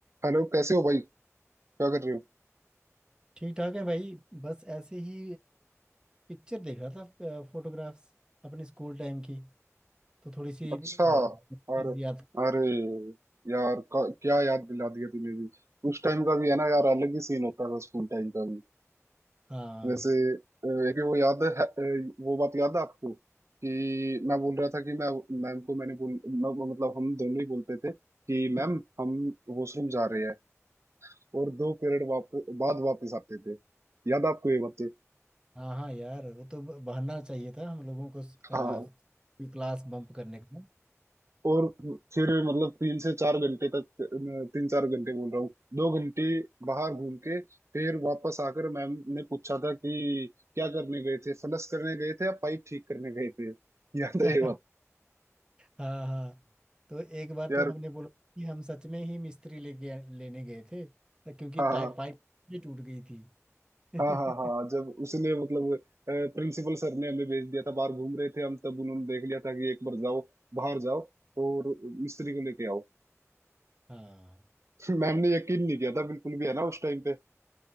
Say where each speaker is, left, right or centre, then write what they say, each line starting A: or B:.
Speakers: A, on the right (about 60°); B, on the right (about 15°).
A: Hello कैसे हो भाई क्या कर रहे हो
B: ठीक ठाक है भाई बस ऐसे ही पिक्चर देख रहा था फोटोग्राफ्स अपने स्कूल टाइम की तो थोड़ी सी
A: अच्छा
B: चीज
A: और
B: याद
A: अरे यार क- क्या याद दिला दिया तूने भी उस टाइम का भी है ना यार अलग ही सीन होता था स्कूल टाइम का भी
B: हाँ
A: वैसे अ, एक वो याद है अ, वो बात याद है आपको कि मैं बोल रहा था कि मैं मैम को मैंने बोल मैं- मतलब हम दोनों ही बोलते थे कि मैम हम वॉशरूम जा रहे हैं और दो पीरियड वाप, बाद वापस आते थे याद है आपको ये बातें
B: हाँ हाँ यार वो तो ब- बहाना चाहिए था हम लोगों को अ,
A: हाँ
B: क्लास बम्प करने का
A: और फिर मतलब तीन से चार घंटे तक तीन चार घंटे बोल रहा हूँ दो घंटे बाहर घूम के फिर वापस आकर मैम ने पूछा था कि क्या करने गए थे फलस करने गए थे या पाइप ठीक करने गए थे <laughs> याद
B: <laughs>
A: है ये बात
B: हाँ हाँ तो एक बार
A: यार
B: तो हमने बोला कि हम सच में ही मिस्त्री लेके लेने गए थे क्योंकि
A: हाँ
B: टाइप पाइप भी टूट गई थी <laughs>
A: हाँ हाँ हाँ हाँ, जब उसने मतलब प्रिंसिपल सर ने हमें भेज दिया था बाहर घूम रहे थे हम तब उन्होंने देख लिया था कि एक बार जाओ बाहर जाओ और मिस्त्री को लेके आओ
B: हाँ
A: <laughs> मैम ने यकीन नहीं किया था बिल्कुल भी है ना उस टाइम पे